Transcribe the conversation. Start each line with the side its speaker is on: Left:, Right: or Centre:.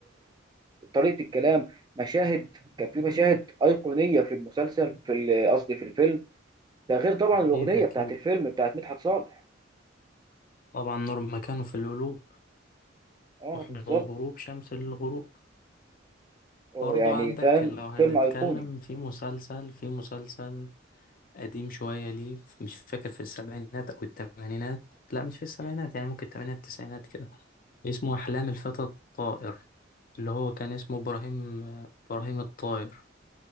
Right: وطريقه الكلام مشاهد كان في مشاهد ايقونيه في المسلسل في ال- قصدي في الفيلم ده غير طبعا
Left: أكيد
Right: الاغنيه
Left: أكيد
Right: بتاعت الفيلم بتاعت مدحت صالح
Left: طبعا نور مكانه في القلوب
Right: اه
Left: وحضن
Right: بالظبط
Left: غروب شمس للغروب
Right: اه
Left: برضو
Right: يعني
Left: عندك
Right: فاهم
Left: لو هنتكلم
Right: فيلم ايقوني
Left: في مسلسل في مسلسل قديم شوية ليه مش فاكر في السبعينات أو التمانينات لا مش في السبعينات يعني ممكن التمانينات التسعينات كده اسمه أحلام الفتى الطائر اللي هو كان اسمه إبراهيم إبراهيم الطائر